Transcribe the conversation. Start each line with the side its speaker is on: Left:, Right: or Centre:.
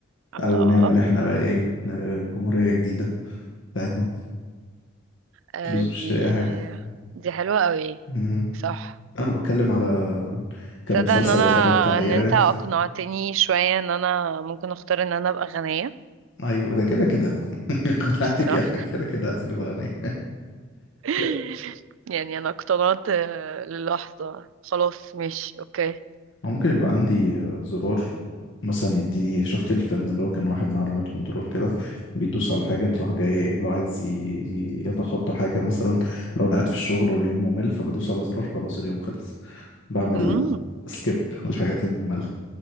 Right: الله
Left: او نعمل احنا بقى ايه آه، جمهوريه جديده بتاعتنا
Right: آه،
Left: فلوس
Right: دي
Left: مش تلاقي اي حاجه
Right: دي حلوة قوي
Left: مم.
Right: صح
Left: انا بتكلم على كان
Right: تصدق
Left: مسلسل
Right: ان انا
Left: اتفرجت عليه
Right: ان انت
Left: ايوه
Right: اقنعتني شوية ان انا ممكن اختار ان انا ابقى غنية
Left: <laughs> ايوه ده كده كده <laughs> خلعتك
Right: صح
Left: يعني كده كده عايزين نبقى أغنياء.
Right: <laughs>
Left: <laughs>
Right: يعني انا اقتنعت آه، للحظة خلاص مش اوكي
Left: أو ممكن يبقى عندي آه، زرار مثلا يديني شفت الفيلم اللي هو كان واحد معاه ريموت كنترول كده بيدوس على حاجة تروح جاي لو عايز ي- ي- يتخطى حاجة مثلا لو أنا قاعد في الشغل واليوم ممل فبدوس على زرار خلاص اليوم خلص بعمل
Right: امم
Left: سكيب للحاجات المملة